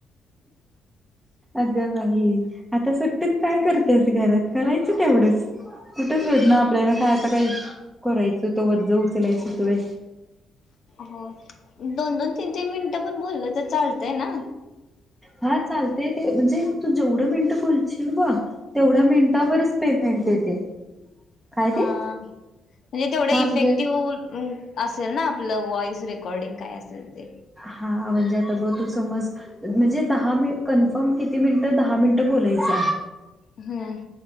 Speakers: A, in the centre; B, on the left.
A: अगं बाई आता सुट्टीत काय करतेस घरात करायचं तेवढंच कुठंच भेट ना आपल्याला काय ता काय करायचं तो वज उचलायच ति
B: हो दोन दोन तीन तीन मिनट पण बोललं तर चालतय ना
A: हा चालतय ते म्हणजे तू जेवढं मिनिटं बोलशील ब तेवढ्या मिनिटावरच पेमेंट येते काय
B: हा
A: ते
B: म्हणजे तेवढा
A: हा
B: इफेक्टिव्ह
A: म्हणजे
B: असेल ना आपलं व्हॉइस रेकॉर्डिंग काय असेल ते
A: हा म्हणजे आता बघ तू समज म्हणजे दहा मि कन्फर्म किती मिनिटं दहा मिनिटं बोलायचं
B: हम्म